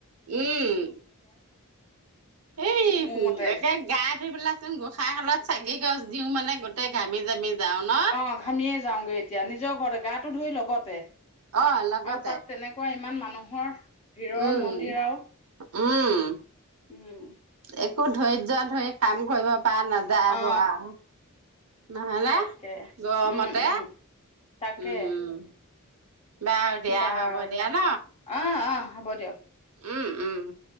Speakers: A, on the right (about 85°); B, on the left (about 25°).
A: উম, এই
B: মোৰ
A: সুত
B: মতে।
A: একে গায় ধুই পেলাই চোন গোঁসাই শালত চাকি গছ দিওঁ মানে গোটেই ঘামি জামি যাও ন?
B: অ', ঘামিয়ে যাওঁগে এতিয়া নিজৰ ঘৰতে গাটো ধুই লগতে।
A: অ' লগতে।
B: আৰু তাত তেনেকুৱা ইমান মানুহৰ ভিৰৰ
A: উম,
B: মন্দিৰ আৰু
A: উম,
B: উম
A: এত একো ধৈৰ্য ধৰি কাম কৰিব পৰা নাযায়
B: অ
A: ব আও। নহলে
B: তাকে
A: গৰমতে
B: উম উম তাকে
A: উম। বাৰু দিয়া
B: বাৰু
A: হ'ব দিয়া
B: অ',
A: ন?
B: অ', হ'ব দিয়ক।
A: উম, উম